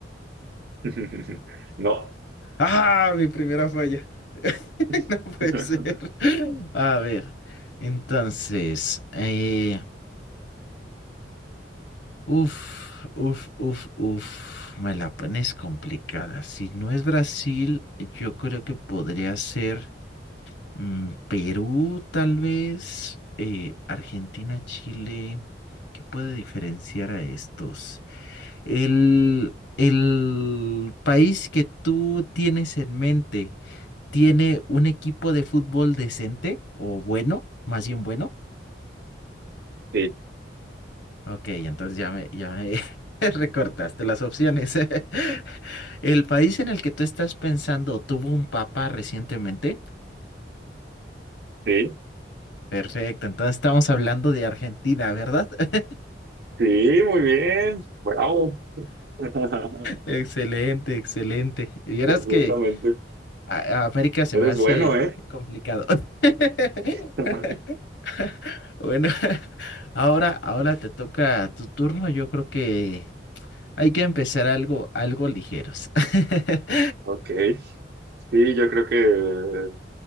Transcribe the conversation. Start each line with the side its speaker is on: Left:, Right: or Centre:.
Right: <laughs> No.
Left: Ah, mi primera falla. <laughs>
Right: <laughs>
Left: No puede ser. A ver, entonces, eh, uf, uf, uf, uf, me la pones complicada. Si no es Brasil, yo creo que podría ser mm, Perú, tal vez, eh, Argentina, Chile. ¿Qué puede diferenciar a estos? El, el país que tú tienes en mente. ¿Tiene un equipo de fútbol decente o bueno, más bien bueno?
Right: Sí.
Left: Ok, entonces ya me, ya me <laughs> recortaste las opciones. <laughs> ¿El país en el que tú estás pensando tuvo un papa recientemente?
Right: Sí.
Left: Perfecto, entonces estamos hablando de Argentina, ¿verdad? <laughs>
Right: Sí, muy bien. Bravo. <laughs>
Left: Excelente, excelente. Vieras
Right: Completamente.
Left: que a- a América se
Right: Eres
Left: me hace
Right: bueno, ¿eh?
Left: complicado. <laughs>
Right: <laughs>
Left: Bueno, <laughs> ahora, ahora te toca tu turno. Yo creo que hay que empezar algo, algo ligeros. <laughs>
Right: Ok. Sí, yo creo que